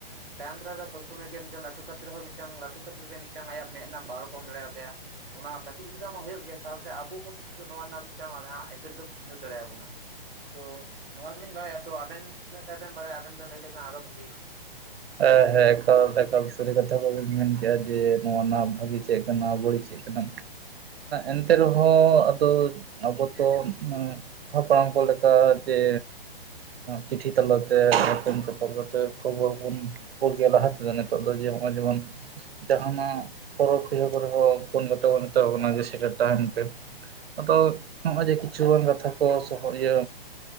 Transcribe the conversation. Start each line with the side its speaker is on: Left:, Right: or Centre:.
Centre: ᱛᱟᱭᱚᱢ ᱫᱟᱨᱟ ᱨᱮ ᱥᱚᱵᱽ ᱥᱚᱢᱚᱭ ᱜᱮ ᱢᱤᱫᱴᱟᱝ ᱞᱟᱹᱴᱩ ᱠᱷᱮᱛᱨᱮ ᱨᱮᱦᱚ ᱢᱤᱫᱴᱟᱝ ᱞᱟᱹᱴᱩ ᱠᱷᱮᱛᱨᱮ ᱨᱮ ᱢᱤᱫᱴᱟᱝ ᱟᱭᱟᱜ ᱢᱮᱫ ᱨᱮᱱᱟᱜ ᱯᱟᱣᱨ ᱠᱚᱢ ᱫᱟᱲᱮ ᱟᱛᱟᱭᱟ ᱚᱱᱟ ᱠᱟᱹᱴᱤᱡ ᱜᱤᱫᱽᱨᱟᱹ ᱢᱟ ᱦᱩᱭᱩᱜ ᱜᱮᱭᱟ ᱥᱟᱶᱛᱮ ᱟᱵᱚ ᱦᱚᱸ ᱛᱩ ᱱᱚᱣᱟ ᱨᱮᱱᱟᱜ ᱢᱤᱫᱴᱟᱝ ᱤᱯᱷᱮᱠᱴ ᱫᱚ ᱧᱩᱨ ᱫᱟᱲᱮ ᱭᱟᱵᱚᱱᱟ ᱛᱚ ᱱᱚᱣᱟ ᱜᱮᱞᱤᱧ ᱵᱟᱲᱟᱭᱟ ᱛᱚ ᱟᱵᱮᱱ ᱩᱱᱟᱹᱴᱟ ᱵᱮᱱ ᱵᱟᱲᱟᱭ ᱟᱵᱮᱱ ᱵᱮᱱ ᱞᱟᱹᱭ ᱞᱮᱠᱷᱟᱱ ᱟᱨᱦᱚ ᱵᱷᱟᱹᱜᱮ ᱦᱩᱭᱩᱜᱼᱟ
Right: ᱦᱮ ᱦᱮᱸ ᱮᱠᱟᱞ ᱮᱠᱟᱞ ᱥᱟᱹᱨᱤ ᱠᱟᱛᱷᱟ ᱵᱮᱱ ᱢᱮᱱ ᱠᱮᱫᱟ ᱡᱮ ᱱᱚᱣᱟ ᱨᱮᱱᱟᱜ ᱵᱷᱟᱹᱜᱤ ᱪᱮᱫ ᱠᱟᱱᱟ ᱵᱟᱹᱲᱤᱡ ᱪᱮᱫ ᱮᱱᱛᱮ ᱨᱮᱦᱚᱸ ᱟᱫᱚ ᱟᱵᱚ ᱛᱚ ᱦᱟᱯᱲᱟᱢ ᱠᱚ ᱞᱮᱠᱟ ᱡᱮ ᱪᱤᱴᱷᱤ ᱛᱟᱞᱟᱛᱮ ᱮᱯᱮᱢᱪᱟᱯᱟᱞ ᱠᱟᱛᱮ ᱠᱷᱚᱵᱚᱨ ᱵᱚᱱ ᱠᱩᱞ ᱠᱮᱭᱟ ᱞᱟᱦᱟ ᱛᱮᱫᱚ ᱱᱤᱛᱚᱜ ᱫᱚ ᱡᱮ ᱱᱚᱜᱼᱚᱭ ᱡᱮᱢᱚᱱ ᱡᱟᱦᱱᱟᱜ ᱯᱚᱨᱚᱵᱽ ᱯᱤᱦᱟᱹ ᱠᱚᱨᱮ ᱦᱚᱸ ᱯᱷᱳᱱ ᱠᱟᱛᱮ ᱵᱚᱱ ᱢᱮᱛᱟ ᱟᱠᱚ ᱠᱟᱱᱟ ᱥᱮᱴᱮᱨ ᱛᱟᱦᱮᱱ ᱯᱮ ᱟᱫᱚ ᱱᱚᱜᱼᱚᱭ ᱡᱮ ᱠᱤᱪᱷᱩᱜᱟᱱ ᱠᱟᱛᱷᱟ ᱠᱚ ᱥᱚᱦᱚᱡᱮ